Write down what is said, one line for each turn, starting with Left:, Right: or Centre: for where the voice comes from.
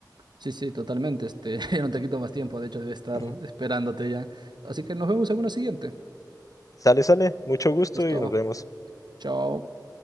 Right: Sí, sí, totalmente. Este, <laughs> ya no te quito más tiempo, de hecho, debe estar
Left: Ujú.
Right: esperándote ya. Así que nos vemos en una siguiente.
Left: Sale, sale. Mucho gusto
Right: Listo.
Left: y nos vemos.
Right: Chao.